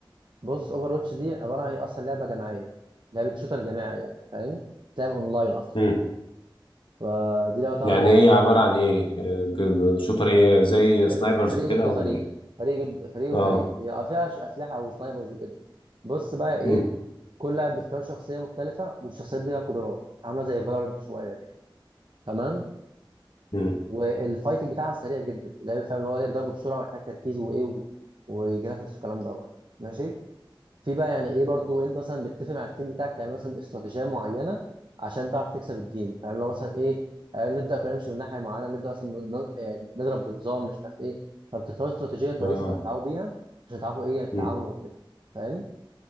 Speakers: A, on the right; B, on the left.
A: بص اوفر واتش دي عباره عن هي اصلا لعبه جماعيه لعبه شوتر جماعي يعني فاهم تلعب اونلاين اصلا
B: مم.
A: فدي لعبه طبعا
B: يعني
A: يعني
B: ايه عباره عن ايه آه، ب- ب- شوتر ايه زي
A: فريق
B: سنايبرز
A: فريق
B: وكده
A: ضد فريق
B: ولا ايه
A: فريق ضد فريق وفريق
B: اه
A: هي يعني فيها ش- اسلحه او سنايبرز وكده بص بقى ايه
B: مم.
A: كل لاعب بيختار شخصيه مختلفه والشخصيات دي لها قدرات عامله زي فالورنت شويه كده تمام
B: مم.
A: والفايتنج بتاعها سريع جدا اللعب فاهم اللي هو لعب ضرب بسرعه ومحتاج تركيز وايه و... وجرافيكس والكلام دوت ماشي في بقى يعني ايه برضو انت مثلا بتتفق مع التيم بتاعك تعمل مثلا استراتيجيه معينه عشان تعرف تكسب الجيم فاهم لو مثلا ايه آه، نبدا كلنا نمشي من ناحيه معينه نبدا مثلا ن- آه، نضرب بنظام مش عارف ايه فبتختاروا استراتيجيه كويسه
B: اه
A: تتعاونوا بيها عشان تعرفوا ايه يعني تتعاملوا
B: مم.
A: وكده فاهم